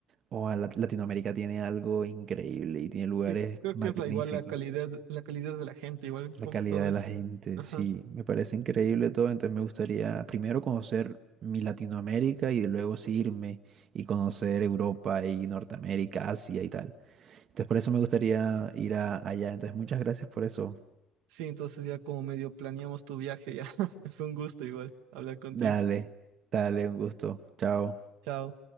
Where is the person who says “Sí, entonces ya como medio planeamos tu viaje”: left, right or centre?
Right